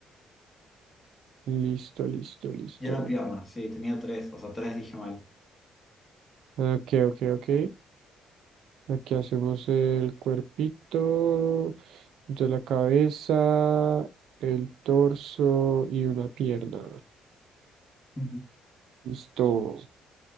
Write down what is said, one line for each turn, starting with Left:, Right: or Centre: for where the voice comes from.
Right: Listo, listo, listo.
Left: Y una pierna, sí, tenía tres, o sea, tres dije mal.
Right: Ok, ok, ok. Aquí hacemos el cuerpito, de la cabeza, el torso y una pierna.
Left: Ujú.
Right: Listo.